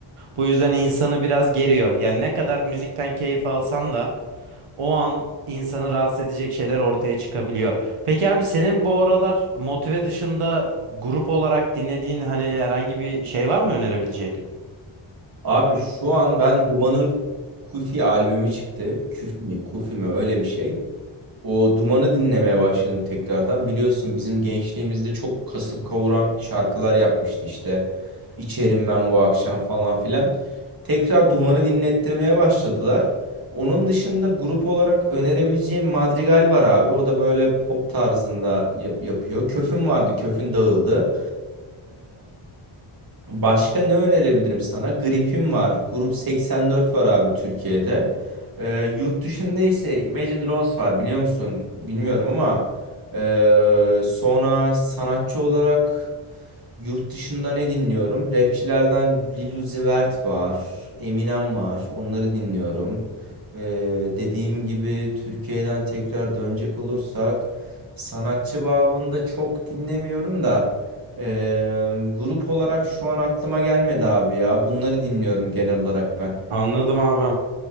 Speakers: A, on the right; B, on the right.
A: Bu yüzden insanı biraz geriyor. Yani ne kadar müzikten keyif alsan da o an insanı rahatsız edecek şeyler ortaya çıkabiliyor. Peki abi senin bu aralar motive dışında grup olarak dinlediğin hani herhangi bir şey var mı önerebileceğin?
B: Abi şu an ben Duman'ın Kufi albümü çıktı. Küfi mi? Kufi mi? Öyle bir şey. O Duman'ı dinlemeye başladım tekrardan. Biliyorsun bizim gençliğimizde çok kasıp kavuran şarkılar yapmıştı işte. İçerim ben bu akşam falan filan. Tekrar Duman'ı dinlettirmeye başladılar. Onun dışında grup olarak önerebileceğim Madrigal var abi. O da böyle pop tarzında yap- yapıyor. Köfün vardı. Köfün dağıldı. Başka ne önerebilirim sana? Gripim var. Grup 84 var abi Türkiye'de. Ee, yurt dışında ise Imagine Dragons var biliyor musun? Bilmiyorum ama ee, sonra sanatçı olarak yurt dışında ne dinliyorum? Rapçilerden Lil Uzi Vert var. Eminem var. Onları dinliyorum. Ee, dediğim gibi Türkiye'den tekrar dönecek olursak sanatçı babında çok dinlemiyorum da ee, grup olarak şu an aklıma gelmedi abi ya. Bunları dinliyorum genel olarak ben.
A: Anladım abi.